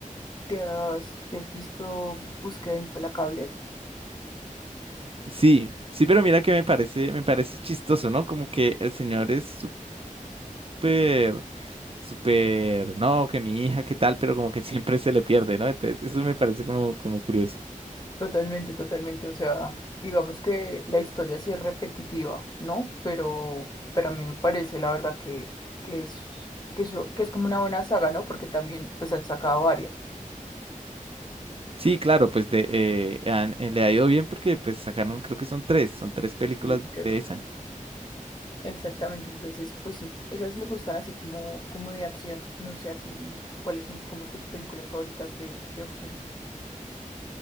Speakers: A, on the left; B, on the right.
A: ¿Te has, te has visto Búsqueda Implacable?
B: Sí, sí, pero mira que me parece, me parece chistoso, ¿no? Como que el señor es súper, súper, no, que mi hija, qué tal, pero como que <laughs> siempre se le pierde, ¿no? Entonces, eso me parece como, como curioso.
A: Totalmente, totalmente. O sea, digamos que la historia sí es repetitiva, ¿no? Pero, pero a mí me parece, la verdad, que, que es, que eso, que es como una buena saga, ¿no? Porque también, pues, han sacado varias.
B: Sí, claro, pues de, eh, han- eh, le ha ido bien porque pues sacaron, creo que son tres, son tres películas
A: Sí, creo
B: de
A: que
B: esa.
A: son. Exactamente. Entonces, pues sí, esas me gustan así como, como de acción. No sé a ti, ¿cuáles son como tus películas favoritas de, de acción?